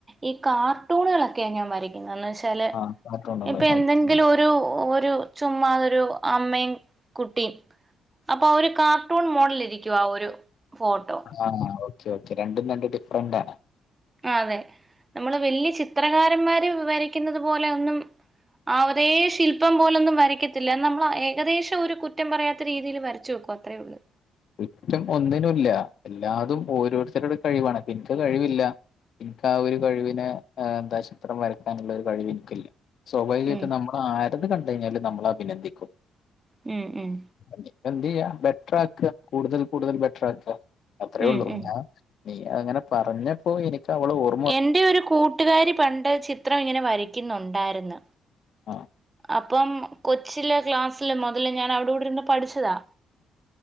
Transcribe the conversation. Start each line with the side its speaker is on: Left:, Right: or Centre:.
Right: ഈ കാർട്ടൂണുകളൊക്കെ ഞാൻ വര പിന്നെന്നാശാല്
Left: ആഹ് കാർട്ടൂണുകള്.
Right: ഇപ്പയെന്തെങ്കിലും
Left: ഓക്കെ.
Right: ഒരു ഒരു ചുമ്മാതൊരു അമ്മയും കുട്ടിം അപ്പൊ ഒരു കാർട്ടൂൺ മോഡൽ ഇരി ക്ക്യുവാ ആ ഒരു ഫോട്ടോ
Left: ആഹ് ഓക്കേ ഓക്കെ രണ്ടും രണ്ട് ഡിഫ്റന്റാണ്
Right: ആഹ് അതെ നമ്മള് വെല്ല്യ ചിത്രകാരന്മാര് വരക്ക്യുന്നത് പോലെ ഒന്നും ആ ഒരേ ശില്പം പോലൊന്നും വരക്കത്തില്ല നമ്മളാ ഏകദേശം ഒരു കുറ്റം പറയാത്ത രീതിയില് വരച്ചോക്കും അത്രയുള്ള്
Left: കുറ്റം ഒന്നിനുംല്ല എല്ലാതും ഓരോരുത്തരുടെ കഴിവാണ് ഇപ്പന്ക്ക് കഴിവില്ല എനിക്ക് ആ ഒരു കഴിവിനെ എന്താ ചിത്രം വരയ്ക്കാനുള്ള ഒരു കഴിവ് ഇൻക്കില്ല സ്വാഭാവികായിട്ട്
Right: ഉം
Left: നമ്മൾ ആരത് കണ്ട് കഴിഞ്ഞാലും നമ്മൾ അഭിനന്ദിക്കും.
Right: ഉം ഉം.
Left: പിന്നെന്തെയ്യ ബെറ്റർ ആക്കാ കൂടുതൽ കൂടുതൽ ബെറ്റർ ആക്കാ അത്രേ
Right: ഉം
Left: ഉള്ളൂ.
Right: ഉം
Left: നീ അത്ങ്ങനെ പറഞ്ഞപ്പോ എനിക്ക് അവളെ ഓർ
Right: എൻ്റെ ഒരു കൂട്ടുകാരി പണ്ട് ചിത്രം ഇങ്ങനെ വരയ്ക്കുന്നുണ്ടായിരുന്നു.
Left: ആഹ്
Right: അപ്പം കൊച്ചിലെ ക്ലാസ്ലിലെ മുതല് ഞാൻ അവളെ കൂടെ ഇരുന്ന് പഠിച്ചതാ.